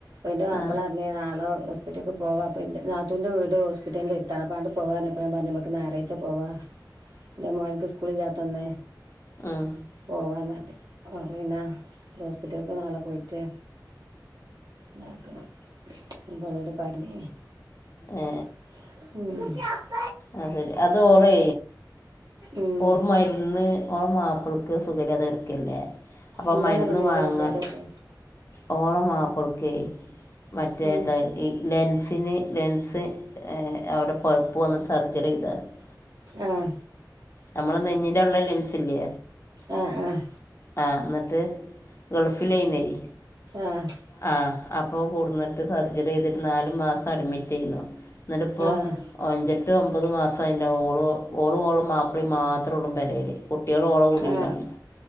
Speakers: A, on the right; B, on the left.
A: ന്റ മാപ്പള
B: ആ
A: പറഞ്ഞ നളെ ഹോസ്പിറ്റ ഹോസ്പറ്റേക്ക് പോവാ അപ്പ നാത്തുന്റെ വീട് ഹോസ്പിറ്റലിത്ത അപ്പാണ്ട് പോവാൻ എപ്പോഴാ പറ നമു ഞായറാ്ച്ച പോവാ എന്റെ മോനക്ക് സ്കൂളില്ലാത്തന്ന്
B: ആഹ
A: പോവാന്ന പിന്നെ ഹോസ്പിറ്റലക്ക് നാളെ പോയിട്ട് ഇതാക്കണം മഗോളോട് പറഞ്ഞനി
B: ആ
A: ഉം <inaudible>
B: ആ ശരി അത് ഓളെ
A: ഉം
B: ഓർ മരുന്ന് ഓർ മ അവൾക്ക് സുഖല്ലാതകിടക്കല്ലേ അപ്പോ
A: എന്താണ്
B: മരുന്ന്
A: പെണ്ണ് എന്റെ
B: വാങ്ങൻ.
A: മാപ്പളക്കൊക്കെ
B: ഓണംമാപ്പുറക്കെ മറ്റേത്
A: ഉം
B: ഈ ലെൻസിന് ലെൻസ് അവിടെ പഴപ്പ് വന്നട്ട സർജറി ചെയ്തരുന്നു
A: ആഹ
B: നമ്മള് നെഞ്ഞിൻന്റെ ഉള്ള ലെൻസ് ഇല്ലേ
A: ആഹ് ആഹ്
B: ആ എന്നിട്ട് ഗൾഫിൽഴന്നയി
A: ആഹ്
B: ആഹ അപ്പൊ കൂടുന്നിട്ട് സർജറി ചെയ്തിട്ട് നാല് മാസം അഡ്മിറ്റ് ചെയ്യുന്നു എന്നിട്ട ഇപ്പോ
A: ആഹ്
B: അഞ്ചെട്ട് ഒമ്പത് മാസം അയിന്റവും ഓള ഓളും ഓളും മാപ്പിളയും മാത്രം ഉള്ളു പരേൽ കുട്ട്യാള്ഓളെ കൂടീലാണ.
A: ആഹ്